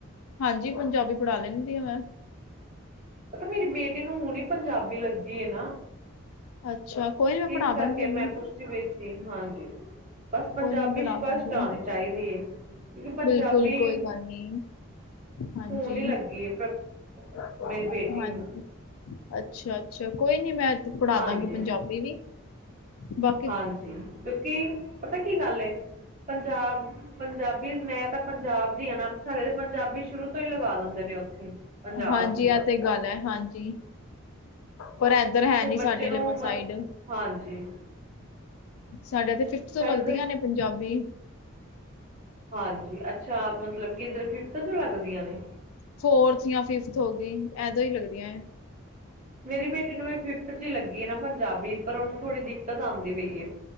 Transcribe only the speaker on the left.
ਹਾਂਜੀ ਪੰਜਾਬੀ ਪੜ੍ਹਾ ਲੈਂਦੀ ਆ ਮੈਂ
ਅੱਛਾ, ਕੋਈ ਨੀ ਮੈਂ ਪੜ੍ਹਾ
ਦਾਂਗੀ
ਉਹਨੂੰ,
ਕੋਈ ਨੀ ਮੈਂ ਪੜ੍ਹਾ
ਦਾਂਗੀ,
ਬਿਲਕੁਲ ਕੋਈ ਗੱਲ ਨੀ ਹਾਂਜੀ
ਹਾਂਜੀ
ਅੱਛਾ ਅੱਛਾ ਕੋਈ ਨੀ ਮੈਂ ਪੜ੍ਹਾਦਾ
ਗੀ ਪੰਜਾਬੀ ਵੀ ਬਾਕੀ
ਹਾਂਜੀ
ਇਹ ਤੇ ਗੱਲ ਹੈ ਹਾਂਜੀ ਪਰ ਏਧਰ ਹੈ
ਨੀ
ਸਾਡੇ
ਵਾਲ਼ੀ
ਸਾਈਡ
ਸਾਡੇ ਤੇ ਫਿਫਥ ਤੋਂ
ਲੱਗਦੀਆਂ
ਨੇ ਪੰਜਾਬੀ
ਫੋਰਥ ਜਾਂ ਫਿਫਥ ਹੋ ਗਈ ਇਦਾਂ ਹੀ ਲੱਗਦੀਆ